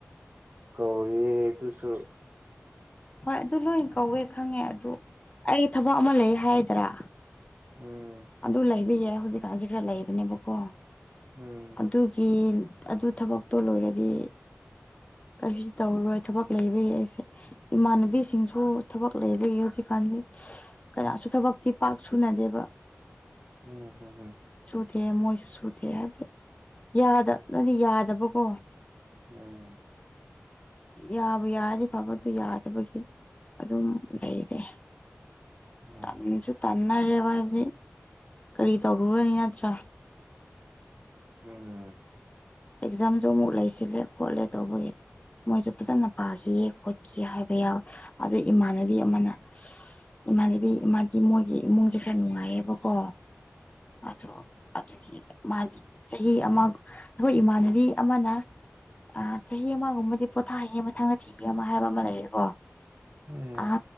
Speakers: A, on the right (about 40°); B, on the left (about 25°).
A: ꯀꯧꯔꯤꯗꯨꯁꯨ
B: ꯍꯣꯏ ꯑꯗꯨ ꯂꯣꯏ ꯀꯧꯋꯦ ꯈꯪꯉꯦ ꯑꯗꯨ ꯑꯩ ꯊꯕꯛ ꯑꯃ ꯂꯩ ꯍꯥꯏꯒꯗ꯭ꯔꯥ
A: ꯎꯝ
B: ꯑꯗꯨ ꯂꯩꯕ ꯌꯥꯏ ꯍꯧꯖꯤꯛꯀꯥꯟꯁꯤ ꯈꯔ ꯂꯩꯕꯅꯦꯕꯀꯣ
A: ꯎꯝ
B: ꯑꯗꯨꯒꯤ ꯑꯗꯨ ꯊꯕꯛꯇꯣ ꯂꯣꯏꯔꯗꯤ ꯀꯩꯁꯨ ꯇꯧꯔꯔꯣꯏ ꯊꯕꯛ ꯂꯩꯕꯒꯤ ꯑꯩꯁꯦ ꯏꯃꯥꯟꯅꯕꯤꯁꯤꯡꯁꯨ ꯊꯕꯛ ꯂꯩꯕꯒꯤ ꯍꯧꯖꯤꯛꯀꯥꯟꯗꯤ ꯀꯅꯥꯁꯨ ꯊꯕꯛꯇꯤ ꯄꯥꯛ ꯁꯨꯅꯗꯦꯕ
A: ꯎꯝ ꯍꯝꯝ
B: ꯁꯨꯊꯦ ꯃꯣꯏꯁꯨ ꯁꯨꯊꯦ ꯍꯥꯏꯕꯗꯤꯦ ꯌꯥꯗ ꯅꯗꯤ ꯌꯥꯗꯕꯀꯣ
A: ꯎꯝ
B: ꯌꯥꯕꯨ ꯌꯥꯗꯤꯦ ꯐꯕ ꯑꯗꯨ ꯌꯥꯗꯕꯒꯤ ꯑꯗꯨꯝ ꯂꯩꯔꯦ
A: ꯎꯝ
B: ꯇꯟꯁꯨ ꯇꯟꯅꯔꯦꯕ ꯍꯥꯏꯕꯗꯤ ꯀꯔꯤ ꯇꯧꯔꯨꯔꯅꯤ ꯅꯠꯇ꯭ꯔꯥ
A: ꯎꯝ
B: ꯑꯦꯛꯖꯥꯝꯁꯨ ꯑꯃꯨꯛ ꯂꯩꯁꯤꯜꯂꯦ ꯈꯣꯠꯂꯦ ꯇꯧꯕꯒꯤ ꯃꯣꯏꯁꯨ ꯐꯖꯅ ꯄꯥꯈꯤꯌꯦ ꯈꯣꯠꯈꯤ ꯍꯥꯏꯕ ꯌꯥꯎꯋꯦ ꯑꯗꯨ ꯏꯃꯥꯟꯅꯕꯤ ꯑꯃꯅ ꯏꯃꯥꯟꯅꯕꯤ ꯏꯃꯥ ꯃꯣꯏꯒꯤ ꯏꯃꯨꯡꯁꯦ ꯈꯔ ꯅꯨꯡꯉꯥꯏꯌꯦꯕꯀꯣ ꯑꯣ ꯑꯗꯨꯒꯤ ꯃꯥꯗꯤ ꯆꯍꯤ ꯑꯃ ꯑꯩꯈꯣꯏ ꯏꯃꯥꯟꯅꯕꯤ ꯑꯃꯅ ꯑ ꯆꯍꯤ ꯑꯃꯒꯨꯝꯕꯗꯤ ꯄꯣꯊꯥ ꯍꯩꯌꯦ ꯃꯊꯪꯗ ꯊꯤꯒꯦ ꯑꯃ ꯍꯥꯏꯕ ꯑꯃ ꯂꯩꯌꯦꯦꯀꯣ
A: ꯎꯝ
B: ꯑ